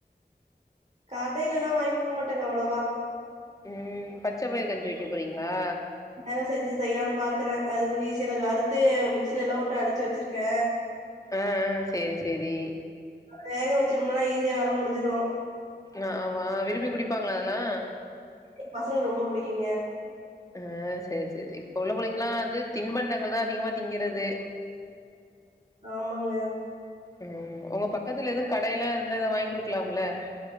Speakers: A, on the right; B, on the left.
A: கடைலல்லா வாங்கிக்க மாட்டங்க அவ்ளோவா
B: ம் பச்ச பயிறு கஞ்சி வைக்க போறீங்களா
A: அதாங்க செஞ்சு செய்யலானு பாக்குற அது கொஞ்சோ ஈசியானது கொஞ்சோ வறுத்து மிக்சிலல்லா போட்டு அடிச்சு வச்சிருக்க
B: அ அ சேரி சேரி
A: வேக வச்சோம்னா ஈஸியா வேல முடிஞ்சிரு
B: ஆ ஆமா விரும்பி குடிப்பாங்கலா அதலா
A: எ பசங்களுக்கு ரொம்ப புடிக்கிங்க
B: ஆ சேர் சேர் இப்ப உள்ள புள்ளைங்களா வந்து தின்பண்டங்கள் தா அதிகமா திங்கிறது
A: ஆமாங்க
B: ம் ஒங்க பக்கத்துல எதுவு கடைய எல்லா இருந்தா வாங்கி குடுக்கலாம் ல